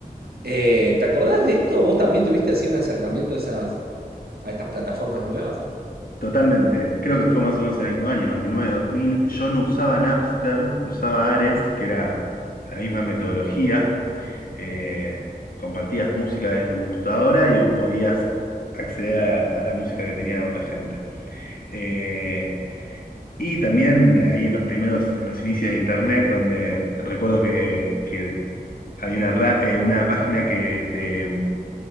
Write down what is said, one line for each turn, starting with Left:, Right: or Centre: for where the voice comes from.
Right: Eh, ¿Te acordás de esto? ¿Vos también tuviste así un acercamiento a, esas, a estas plataformas nuevas?
Left: Totalmente. Creo que fue más o menos el mismo año, noventa y nueve, dos mil. Yo no usaba Napster, usaba Ares, que era la misma metodología. Eh, compartías música de tu computadora y podías acceder a, a la música que tenía otra gente. Eh, y también eh, ahí en los primeros, en los inicios de Internet, donde recuerdo que, que había una, ra- eh, una página que te